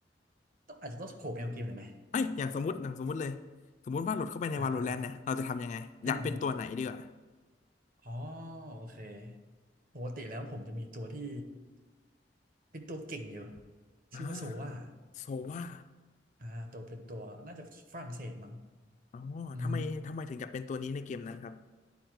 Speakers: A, on the right; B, on the left.
A: ต้องอาจจะต้องสโคปแนวเกมหน่อยไหม
B: ไอยอย่างสมมติอย่างสมมติเลยสมมติว่าหลุดเข้าไปใน
A: อ่าอ่าอ่า
B: Valorant เนี่ยเราจะทำยังไงอยากเป็นตัวไหนดีกว่า
A: อืมอืม อ๋อโอเคปกติแล้วผมจะมีตัวที่เป็นตัวเก่งอยู่
B: อ่าโซว่า
A: ชื่อว่าโซวาอ่าตัวเป็นตัวน่าจะฝรั่งเศสมั้ง
B: อ๋อทำไมทำไมถึงอยากเป็นตัวนี้ในเกมนั้นครับ
A: อือหือ